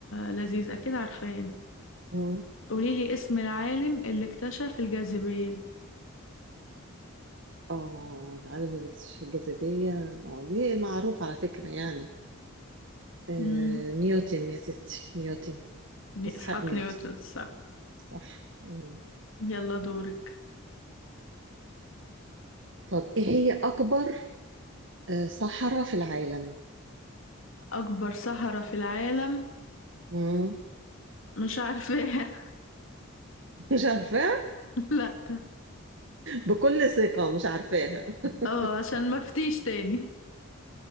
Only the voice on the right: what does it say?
مم.
اه العالم اللي اكتشف الجاذبية اه دي معروف على فكرة يعني آه
نيوتن يا ستي نيوتن إسحاق
نيوتن
صح مم.
طب ايه هي أكبر آه صحراء في العالم؟
مم.
<laughs> مش عارفاها
بكل ثقة مش عارفاها <laughs>